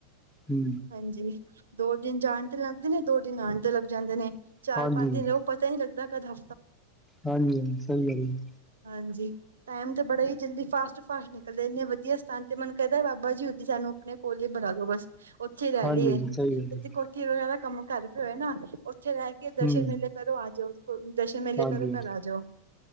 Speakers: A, in the centre; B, on the right.
A: ਹੂੰ,
B: ਹਾਂਜੀ ਦੋ ਦਿਨ ਜਾਣ ਤੇ ਲੱਗਦੇ ਨੇ ਦੋ ਦਿਨ ਆਣ ਤੇ ਲੱਗ ਜਾਂਦੇ ਨੇ ਚਾਰ
A: ਹਾਂਜੀ
B: ਪੰਜ ਦਿਨ ਲੋਕ ਪਤਾ ਈ ਨੀ ਲਗਦਾ ਕਦੋ
A: ਹਾਂਜੀ ਹਾਂਜੀ ਸਹੀ ਗੱਲ ਐ।
B: ਹਾਂਜੀ, ਟੈਮ ਤੇ ਬੜਾ ਈ ਜਲਦੀ ਫਾਸਟ ਫਾਸਟ ਨਿਕਲਦੇ ਇੰਨੇ ਵਧੀਆ ਸਥਾਨ ਤੇ ਮਨ ਕਰਦਾ ਬਾਬਾ ਜੀ ਉਥੀ ਸਾਨੂੰ ਆਪਣੇ ਕੋਲ ਈ ਬਣਾ ਦੋ ਬਸ ਉੱਥੇ ਰਹਿਲੀਏ
A: ਹਾਂਜੀ ਸਹੀ ਗੱਲ
B: ਕਿ <unintelligible>
A: ਹੈ,
B: ਵਗੈਰਾ ਕੰਮ ਕਰਦੇ ਹੋਏ ਨਾ, ਉੱਥੇ ਰਹਿ ਕੇ ਦਰਸ਼ਨ
A: ਹੂੰ
B: ਮੇਲੇ ਕਰੋ ਆ ਜਾਓ ਦਰਸ਼ਨ ਮੇਲੇ
A: ਹਾਂਜੀ
B: ਕਰੋ ਘਰ ਆ ਜਾਓ